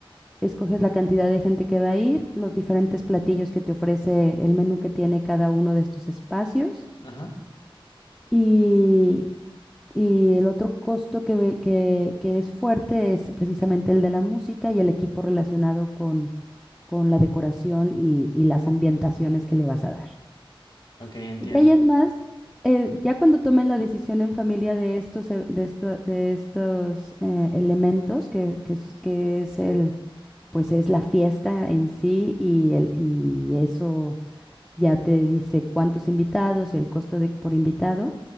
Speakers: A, in the centre; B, on the left (about 55°).
A: escoges la cantidad de gente que va a ir, los diferentes platillos que te ofrece el menú que tiene cada uno de estos espacios.
B: Ajá.
A: Y, y el otro costo que, ve- que, que es fuerte es precisamente el de la música y el equipo relacionado con, con la decoración y, y las ambientaciones que le vas a dar.
B: Ok, entiendo.
A: De ahí en más, eh, ya cuando tomen la decisión en familia de estos, e- de esto- de estos eh, elementos, que, que es, que es el, pues es la fiesta en sí y, el, y eso ya te dice cuántos invitados y el costo de, por invitado,